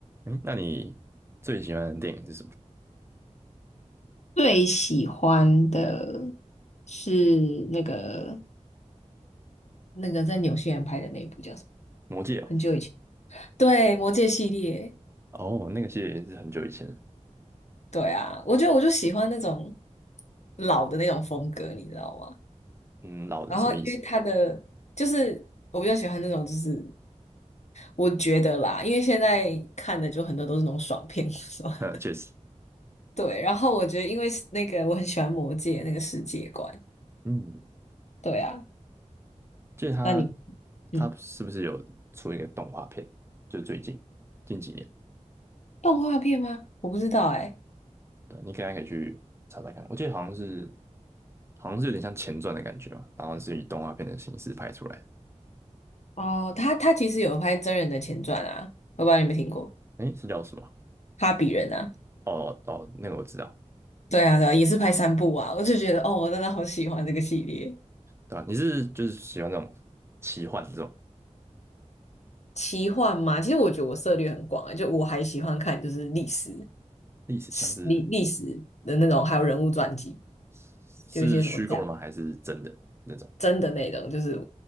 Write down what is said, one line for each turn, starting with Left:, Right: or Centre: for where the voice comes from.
Right: 嗯，那你最喜欢的电影是什么？
Left: 最喜欢的是那个那个在纽西兰拍的那一部叫什么？
Right: 魔戒哦，
Left: 很久以前。对，魔戒系列，
Right: 哦，那个系列也是很久以前，
Left: 对啊，我觉得我就喜欢那种老的那种风格，你知道吗？
Right: 嗯，老的什么意思？
Left: 然后因为它的就是我比较喜欢那种，就是我觉得啦，因为现在看的就很多都是那种爽片，<laughs> 是吧？
Right: <laughs> 嗯，确实，
Left: 对，然后我觉得因为是那个我很喜欢魔戒那个世界观，
Right: 嗯，
Left: 对啊，
Right: 就是他
Left: 那你
Right: 他是不是有出一个动画片？
Left: 嗯，
Right: 就最近近几年，
Left: 动画片吗？我不知道哎、
Right: 对，你可以可以去查查看。我记得好像是，好像是有点像前传的感觉嘛，然后是以动画片的形式拍出来的。
Left: 哦，他他其实有拍真人的前传啊，我不知道你有没有听过
Right: 诶，是叫什么？
Left: 《哈比人》啊？
Right: 哦哦，那个我知道，
Left: 对啊，对啊，也是拍三部啊，我就觉得哦，我真的好喜欢这个系列。
Right: 对吧？你是就是喜欢那种奇幻这种
Left: 奇幻嘛，其实我觉得我涉猎很广欸，就我还喜欢看就是历史、
Right: 历史，
Left: 史历历史的那种，
Right: 像是
Left: 还有人物传记，
Right: 是虚构的吗？
Left: 就一些什么战
Right: 还是真的那种？
Left: 真的内容，就是